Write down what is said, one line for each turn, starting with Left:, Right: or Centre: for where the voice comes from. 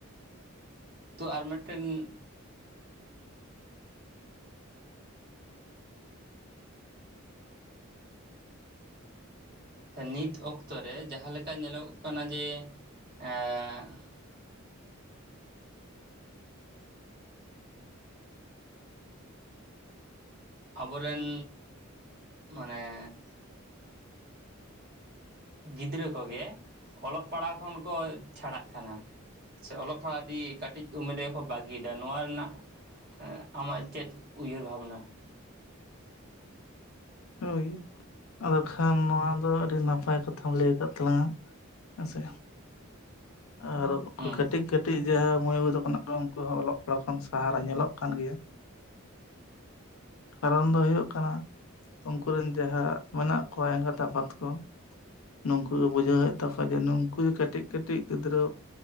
Right: ᱛᱚ ᱟᱨ ᱢᱤᱫ ᱴᱮᱱ ᱾ ᱱᱤᱛ ᱚᱠᱛᱚ ᱨᱮ ᱡᱟᱦᱟᱸ ᱞᱮᱠᱟ ᱧᱮᱞᱚᱜ ᱠᱟᱱᱟ ᱡᱮ ᱾ ᱟᱵᱚ ᱨᱮᱱ ᱢᱟᱱᱮ ᱾
Left: ᱦᱮᱸ <unintelligible>
Right: ᱜᱤᱫᱽᱨᱟᱹ ᱠᱚ ᱜᱮ ᱚᱞᱚᱜ ᱯᱟᱲᱦᱟᱣ ᱠᱷᱚᱱ ᱠᱚ ᱪᱷᱟᱲᱟᱜ ᱠᱟᱱᱟ ᱾ ᱥᱮ ᱚᱞᱚᱜ ᱯᱟᱲᱦᱟᱜ ᱠᱟᱹᱴᱤᱡ ᱩᱢᱮᱨ ᱨᱮ ᱵᱟ ᱾ ᱵᱷᱟᱹᱜᱤᱭᱮᱫᱟ ᱱᱚᱣᱟ ᱨᱮᱱᱟᱜ ᱟᱢᱟᱜ ᱪᱮᱫ ᱩᱭᱦᱟᱹᱨ ᱵᱷᱟᱵᱽᱱᱟ ᱾
Left: ᱦᱳᱭ ᱟᱫᱚ ᱠᱷᱟᱱ ᱱᱚᱣᱟ ᱫᱚ ᱟᱹᱰᱤ ᱱᱟᱯᱟᱭ ᱠᱟᱛᱷᱟᱢ ᱞᱟᱹᱭ ᱠᱟᱫ ᱛᱟᱞᱟᱝ ᱟ ᱾ ᱟᱪ ᱥᱮ ᱟᱨ <inaudible> ᱩᱱᱠᱩ
Right: ᱟᱫᱚ
Left: ᱠᱟᱹᱴᱤᱡ ᱠᱟᱹᱴᱤᱡ ᱡᱟᱦᱟᱸ ᱢᱟᱹᱭ ᱵᱟᱵᱩ ᱛᱟᱠᱚ ᱢᱮᱱᱟᱜ ᱠᱚ ᱩᱱᱠᱩ ᱦᱚᱸ ᱚᱞᱚᱜ ᱯᱟᱲᱦᱟᱜ ᱠᱷᱚᱱ ᱵᱟᱦᱟᱨᱮ ᱧᱮᱞᱚᱜ ᱠᱟᱱ ᱜᱮᱭᱟ ᱜᱮᱭᱟ ᱾
Right: ᱡᱟᱦᱟ ᱱᱟᱜ ᱧᱮᱞᱚᱜ ᱠᱟᱱ ᱜᱮᱭᱟ
Left: ᱠᱟᱨᱚᱱ ᱫᱚ ᱦᱩᱭᱩᱜ ᱠᱟᱱᱟ ᱩᱱᱠᱩ ᱨᱮᱱ ᱡᱟᱦᱟᱸ ᱢᱮᱱᱟᱜ ᱠᱚᱣᱟ ᱮᱸᱜᱟᱛ ᱟᱯᱟᱛ ᱠᱚ ᱱᱩᱠᱩ ᱜᱮ ᱵᱩᱡᱷᱟᱹᱣ ᱮᱫ ᱛᱟᱠᱚᱣᱟ ᱡᱮ ᱱᱩᱠᱩ ᱠᱟᱹᱴᱤᱡ ᱠᱟᱹᱴᱤᱡ ᱜᱤᱫᱽᱨᱟᱹ